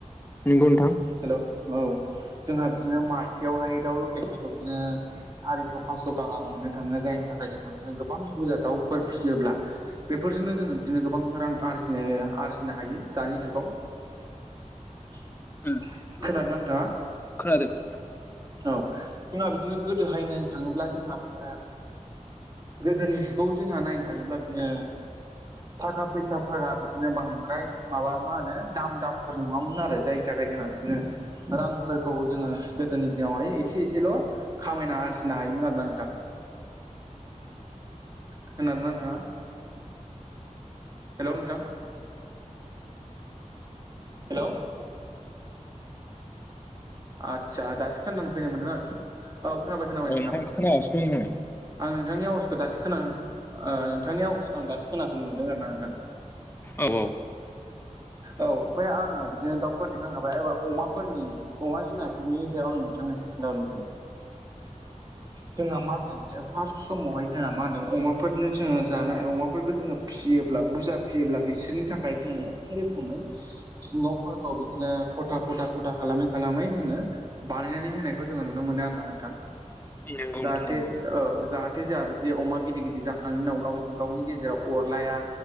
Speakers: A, on the left; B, on the right.
A: नोंगौ नोंथां।
B: हेल' औ जोंहा बिदिनो मासेयावहाय दाउ लकेलफोरखौ बिदिनो। सारिस' पास्स' गाहाम मोननो थाङो जायनि थाखाय जोंहा बिदिनो गोबां बुरजा दाउफोर फिसियोब्ला। बेफोरजोंनो जोङो बिदिनो गोबां रां आर जिनाय आरजिनो हायो दानि जुगाव।
A: उम नंगौ
B: खोनानो
A: नंगौ
B: नोंथाङा?
A: खोनादों नोंथां खोनादों
B: औ जोंहा बिदिनो गोदोहाय नायनो थाङोब्ला जोंहा बिदिनो गोदोनि जुगाव जोंहा नायनो थाङोब्ला बिदिनो थाखा फैसा फोर बिदिनो बांद्राय माबा मा होनो दाम दामफोर नङामोन आरो जायनि थाखाय जोंहा बिदिनो रांफोरखौ जोङो गोदोनि दिनावहाय एसे एसेल' खामायना आरजिनो हायोमोन आरोना नोंथां, ख आर ना नोंथाङा? हेल' नोंथां। हेल'। आदसा दासो खोनानानै फैनोमोन नङा औ खोनाबाय
A: अ
B: खोनाबाय नोंथां।
A: खोनागासिनो दं
B: आं नोंथांनि आव'जखौ दास खोनानो ओ नोंथांनि आव'जसखौ आं दासो खोनाफैनो मोनदों आरो ना नोंथां।
A: औ औ
B: औ ओमफ्राय आङो बिदिनो दाउफोरनि थांखाबाय एबार अमाफोरनि अमा जुनारफोरनि सायाव आं नोंथांस खिन्थाहरनोसै जोंहा मा होनदों? बिदिनो फार्स्ट समावहाय जोंहा मा होनदों अमाफोरनो जोङो जानाय अमाफोरखौ जोङो फियोब्ला बुरजा फियोब्ला बिसोरनि थाखाय जोङो एखे रोखोमै न'फोरखौ बिदिनो खथा खथा खथा खालामो। खालामै जोङो बानायनानै होनायखौ जोङो नुनो मोनो आरो ना नोंथां।
A: नंगौ
B: जाहाथे
A: नोंथां नंगौ
B: औ जाहा थे जोंहा बिदि अमा गिदिर गिदिर जाखांनायनि उनाव गावजों गावनि गेजेराव अरलाया।